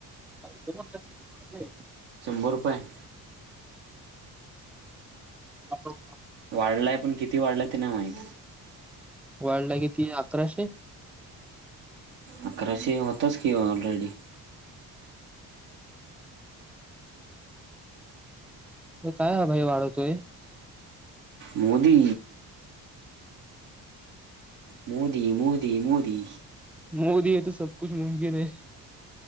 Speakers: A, in the centre; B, on the right (about 85°).
A: <unintelligible>
B: शंभर रुपये.
A: असो.
B: वाढलाय पण किती वाढलाय ते नाही माहित.
A: वालला किती अकराशे?
B: अकराशे होतच कि ऑलरेडी.
A: त काय भाई वाढवतोय.
B: मोदी. मोदी मोदी मोदी.
A: मोदी आहे तर सब कुछ मुमकिन है